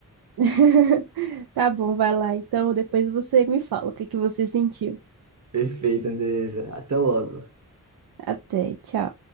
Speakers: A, on the right (about 85°); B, on the right (about 50°).
A: <laughs> Tá bom, vai lá. Então, depois você me fala o que que você sentiu.
B: Perfeito, Andresa. Até logo.
A: Até, tchau.